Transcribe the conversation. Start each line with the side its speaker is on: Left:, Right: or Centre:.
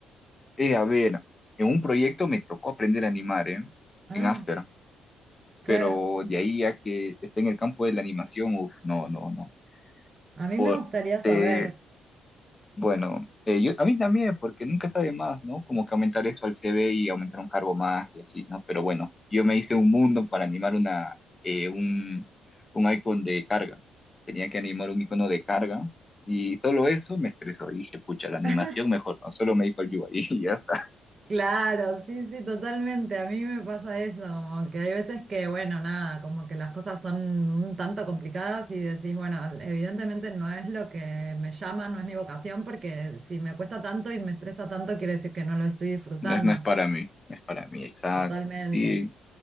Left: Eh, a ver, en un proyecto me tocó aprender a animar, ¿eh?
Right: Ah,
Left: En After,
Right: claro.
Left: pero de ahí a que esté en el campo de la animación, uf, no, no, no.
Right: A mí
Left: Por,
Right: me gustaría saber.
Left: te, Bueno, eh, yo, a mí también, porque nunca está de más, ¿no? Como que aumentar eso al CV y aumentar un cargo más y así, ¿no? Pero bueno, yo me hice un mundo para animar una, eh, un, un icon de carga. Tenía que animar un icono de carga y solo eso me estresó. Y dije, pucha, la animación
Right: <laughs>
Left: mejor, ¿no? Solo me dijo el UI <laughs> y ya está.
Right: Claro, sí, sí, totalmente. A mí me pasa eso, como que hay veces que, bueno, nada, como que las cosas son un tanto complicadas y decís, bueno, evidentemente no es lo que me llama, no es mi vocación, porque si me cuesta tanto y me estresa tanto, quiere decir que no lo estoy disfrutando.
Left: No es, no es para mí, no es para mí, exacto.
Right: Totalmente.
Left: Sí,